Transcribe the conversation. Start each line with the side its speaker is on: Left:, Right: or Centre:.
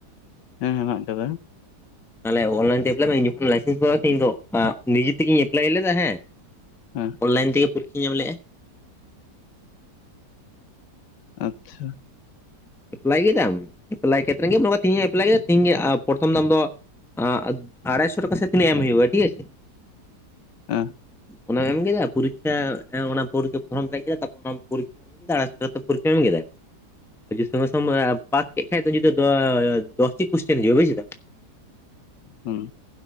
Left: ᱦᱮᱸ ᱢᱮᱱᱟᱜ ᱠᱟᱫᱟ ᱾
Centre: ᱛᱟᱦᱞᱮ ᱚᱱᱞᱟᱭᱤᱱ ᱛᱮ ᱮᱯᱞᱟᱭ ᱢᱮ ᱤᱧ ᱡᱚᱠᱷᱚᱱ ᱞᱟᱭᱥᱮᱱᱥ <unintelligible> ᱤᱧ ᱫᱚ ᱟᱸ ᱱᱤᱡᱮ ᱛᱮᱜᱤᱧ ᱮᱯᱞᱟᱭ ᱞᱮᱫᱟ ᱦᱮᱸ᱾
Left: ᱦᱮᱸ
Centre: ᱚᱱᱞᱟᱭᱤᱱ ᱛᱮᱜᱮ ᱯᱚᱨᱤᱠᱷᱟᱧ ᱮᱢ ᱞᱮᱜᱼᱟ᱾
Left: ᱟᱪᱪᱷᱟ
Centre: ᱮᱯᱞᱟᱭ ᱠᱮᱫᱟᱢ ᱮᱯᱞᱟᱭ ᱠᱮᱛᱨᱮ ᱜᱮ ᱛᱤᱦᱧ ᱮᱯᱞᱟᱭ ᱠᱮᱫᱟ ᱛᱮᱦᱤᱧ ᱜᱮ ᱟᱨ ᱯᱚᱨᱛᱷᱚᱢ ᱫᱚ ᱟᱢ ᱫᱚ ᱟᱸ ᱟᱲᱟᱭᱥᱚ ᱴᱟᱠᱟ ᱥᱮ ᱛᱤᱱᱟᱹᱜ ᱮᱢ ᱦᱩᱭᱩᱜᱼᱟ ᱴᱷᱤᱠ ᱟᱪᱷᱮ
Left: ᱟᱸ
Centre: ᱚᱱᱟᱢ ᱮᱢ ᱠᱮᱫᱟ ᱯᱚᱨᱤᱠᱷᱟ ᱚᱱᱟ ᱯᱚᱨᱤᱠ ᱯᱷᱚᱨᱚᱢ ᱯᱮᱨᱮᱡ ᱠᱮᱫᱟ ᱠᱮᱫᱟ ᱛᱟᱯᱚᱨ‌ ᱚᱱᱟᱢ ᱯᱩᱨᱤᱠᱷᱟ ᱪᱮᱫᱟ <unintelligible> ᱮᱢ ᱠᱮᱫᱟ᱾ <unintelligible> ᱯᱟᱥ ᱠᱮᱜ ᱠᱷᱟᱡ ᱫᱚ ᱡᱩᱫᱟᱹ ᱫᱚ ᱫᱚᱥᱴᱤ ᱠᱩᱥᱪᱮᱱ ᱦᱤᱡᱩᱜᱼᱟ ᱵᱩᱡᱫᱟᱢ᱾
Left: ᱦᱩᱸ